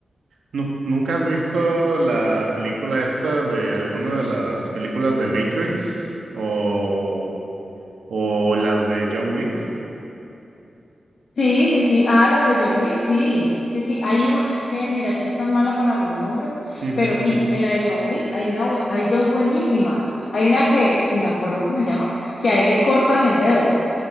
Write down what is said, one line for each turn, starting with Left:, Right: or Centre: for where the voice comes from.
Right: No, ¿nunca has visto la película esta de alguna de las películas de Matrix o, o las de John Wick?
Left: Sí, sí, sí. Ah, las de John Wick, sí. Sí, sí. Hay un, es que mira, yo soy tan mala para los nombres,
Right: Ujú.
Left: pero sí, en la de John Wick hay una, bue- hay dos buenísimas. Hay una que, ni me acuerdo cómo se llama, que a él le cortan el dedo.